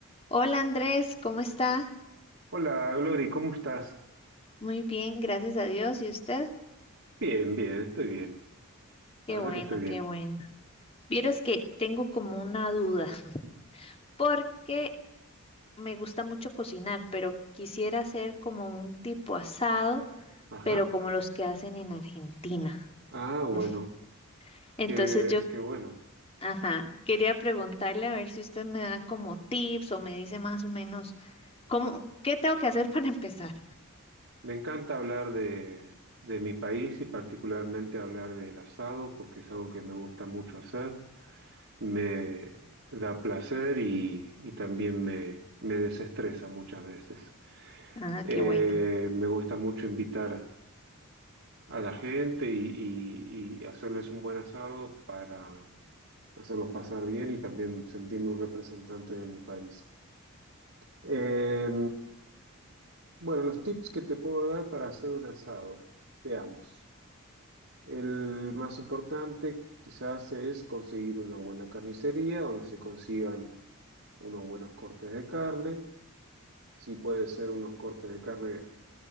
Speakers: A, on the left; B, on the right.
A: Hola Andrés, ¿cómo está?
B: Hola, Glory, ¿cómo estás?
A: Muy bien, gracias a Dios. ¿Y usted?
B: Bien, bien, estoy bien.
A: Qué
B: La verdad
A: bueno,
B: que estoy bien.
A: qué bueno. Vieras que tengo como una duda, <laughs> porque me gusta mucho cocinar, pero quisiera hacer como un tipo asado,
B: Ajá.
A: pero como los que hacen en Argentina.
B: Ah, bueno,
A: <laughs> Entonces
B: qué,
A: yo,
B: qué bueno.
A: ajá, quería preguntarle a ver si usted me da como tips o me dice más o menos cómo, qué tengo que hacer <laughs> para empezar.
B: Me encanta hablar de, de mi país y particularmente hablar del asado porque es algo que me gusta mucho hacer. Me da placer y, y también me, me desestresa muchas veces.
A: Ah,
B: Eh,
A: qué bueno.
B: me gusta mucho invitar a la gente y, y y hacerles un buen asado para hacerlos pasar bien y también sentirme un representante de mi país. Eh, bueno, los tips que te puedo dar para hacer un asado, veamos. El más importante quizás es conseguir una buena carnicería donde se consigan unos buenos cortes de carne. Si puede ser unos cortes de carne,